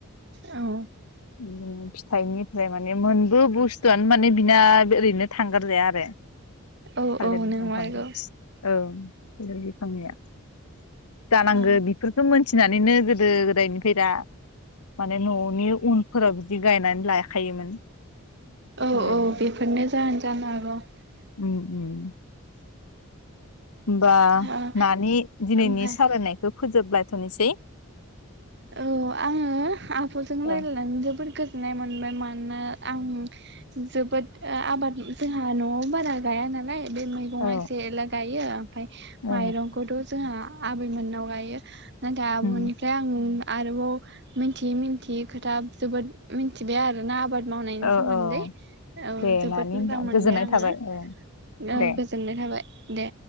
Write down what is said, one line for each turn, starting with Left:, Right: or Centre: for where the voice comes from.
Right: औ
Left: ओम फिथाइनिफ्राय माने मोनबो बुस्थुआनो माने बिना ओरैनो थांगार जाया आरो
Right: औ
Left: थालिर
Right: औ नंमारगौ
Left: दंफां औ थालिर बिफांनिया जानांगो
Right: औ
Left: बेफोरखौ मोनथिना नैनो गोद गोदो गोदायनिफ्राय दा माने न'नि उनफोराव बिदि गायनानै लाखायोमोन
Right: औ
Left: बेबायदि
Right: औ बेफोरनो जाहोन <inaudible>
Left: उम उम। बा
Right: ओ
Left: नानि दिनैनि
Right: ओमफ्राय
Left: सावरायनायखौ फोजोबला द निसै
Right: औ आङो आब'जों
Left: औ
Right: रायज्लायनानै जोबोर गो सनाय मोनबाय मानोना आं जोबोद आबाद जोंहा न'आव बारा गाया नालाय बे मैगंआ
Left: औ
Right: एसे एल गायो ओमफाय
Left: औ
Right: माइरंखौथ' जोंहा आबै मोननाव लायो ना दाब'निफ्राय
Left: उम
Right: आं आरोबाव मिथियै मिथियै खोथा जोबोद मिथिबाय आरोना आबाद मावनायनि
Left: औ
Right: सोमोन्दै
Left: औ
Right: औ
Left: दे
Right: जोबोद
Left: नानि होमबा
Right: मोजां मोनबाय
Left: गोजोननाय
Right: आङो
Left: थाबाय औ दे
Right: गोजोननाय थाबाय दे।